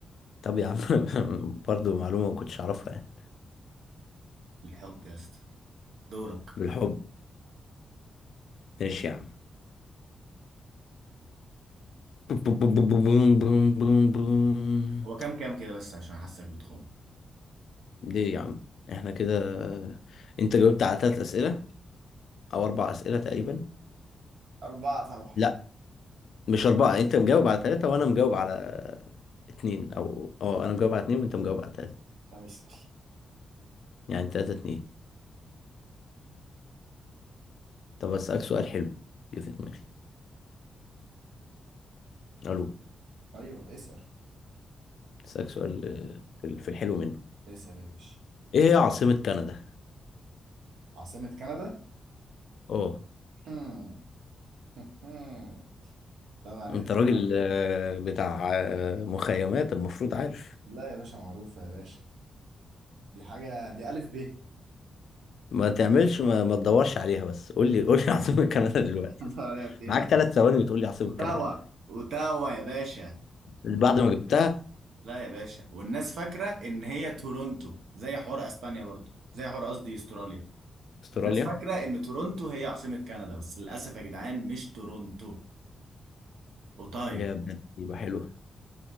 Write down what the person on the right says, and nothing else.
بالحب يا اسطى دورك
هو كام كام كده بس عشان حاسك بتخم
أربعة طبعا
طب اسأل
أيوه اسأل
اسأل يا باشا
عاصمة كندا؟
<laughs> هم. هم. طبعا
انت
لا يا باشا معروفة يا باشا دي حاجة دي ألف ب
<laughs> دور عليها فين
يا
عم
اوتاوا
اوتاوا يا باشا
لا يا باشا والناس فاكره ان هي تورونتو زي حوار اسبانيا برضو زي حوار قصدي استراليا
الناس فاكره ان تورونتو هي عاصمه كندا بس للاسف يا جدعان مش تورونتو اوتايو